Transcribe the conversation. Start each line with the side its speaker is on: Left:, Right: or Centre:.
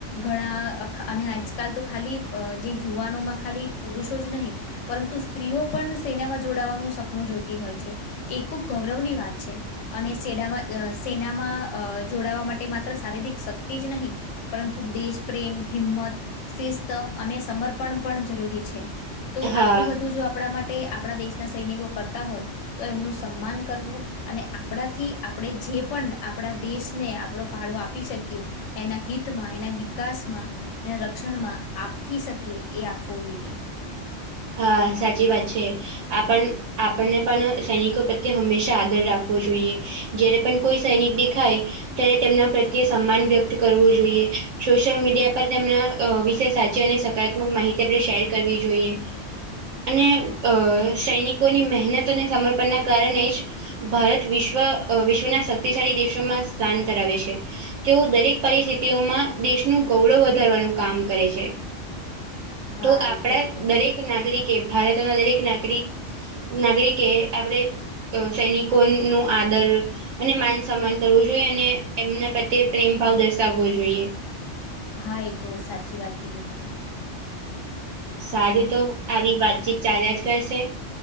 Left: ઘણા અને આજકાલ તો ખાલી જે યુવાનોમાં ખાલી પુરુષો જ નહીં પરંતુ સ્ત્રીઓ પણ સેનામાં જોડાવાનું સપનું જોતી હોય છે એ ખૂબ ગૌરવની વાત છે. અને સેડામાં સેનામાં જોડાવા માટે માત્ર શારીરિક શક્તિ જ નહીં પરંતુ દેશ પ્રેમ હિંમત શિસ્ત અને સમર્પણ પણ જરૂરી છે. તો
Right: હા
Left: આટલું બધું જો આપણા માટે આપણા દેશના સૈનિકો કરતા હોય તો એમનું સન્માન કરવું અને આપણાથી આપણે જે પણ આપણા દેશને આપણો ફાળો આપી શકીએ એના હિતમાં એના વિકાસમાં તેના રક્ષણમાં આપી શકીએ એ આપવું જોઈએ.
Right: હા સાચી વાત છે આપણ આપણને પણ સૈનિકો પ્રત્યે હંમેશા આદર રાખવો જોઈએ જ્યારે પણ કોઈ સૈનિક દેખાય ત્યારે તેમના પ્રત્યે સમાન વ્યક્ત કરવું જોઈએ સોશિયલ મીડિયા પર તેમના અ વિશે સાચી અને સકારાત્મક માહિતી આપણે શેર કરવી જોઈએ. અને
Left: હા
Right: અ સૈનિકોની મહેનત અને સમર્પણના કારણે જ ભારત વિશ્વ વિશ્વના શક્તિશાળી દેશોમાં સ્થાન ધરાવે છે. તેઓ દરેક પરિસ્થિતિઓમાં દેશનું ગૌરવ વધારવાનું કામ કરે છે.
Left: હા
Right: તો આપણા
Left: એ
Right: દરેક નાગરિકે ભારતના દરેક નાગરિક નાગરિકે આપણે સૈનિકોનું આદર અને માન સન્માન કરવું જોઈએ અને એમના પ્રત્યે પ્રેમ ભાવ દર્શાવવો જોઈએ.
Left: હા એ તો સાચી વાત કીધી તમે.
Right: સારું તો આવી વાતચીત ચાલ્યા જ કરશે.